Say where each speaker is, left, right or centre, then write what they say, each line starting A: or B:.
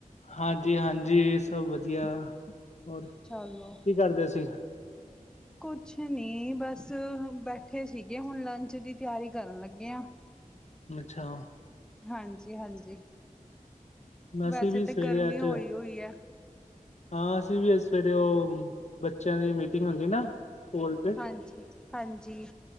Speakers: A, on the left (about 55°); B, in the centre.
A: ਹਾਂਜੀ ਹਾਂਜੀ ਸਭ ਵਧੀਆ ਹੋਰ ਕੀ
B: ਚਲੋ
A: ਕਰਦੇ ਸੀ।
B: ਕੁਛ ਨਹੀਂ ਬਸ ਬੈਠੇ ਸੀਗੇ ਹੁਣ ਲੰਚ ਦੀ ਤਿਆਰੀ ਕਰਨ ਲੱਗੇ ਹਾਂ
A: ਅੱਛਾ
B: ਹਾਂਜੀ ਹਾਂਜੀ
A: ਅਸੀਂ
B: ਵੈਸੇ
A: ਵੀ ਸਵੇਰੇ
B: ਤਾਂ ਗਰਮੀ
A: ਅੱਜ
B: ਹੋਈ ਹੋਈ ਹੈ।
A: ਹਾਂ ਅਸੀਂ ਵੀ ਸਵੇਰੇ ਉਹ ਬੱਚਿਆਂ ਦੀ ਮੀਟਿੰਗ ਹੁੰਦੀ ਨਾ ਸਕੂਲ ਚ
B: ਹਾਂਜੀ ਹਾਂਜੀ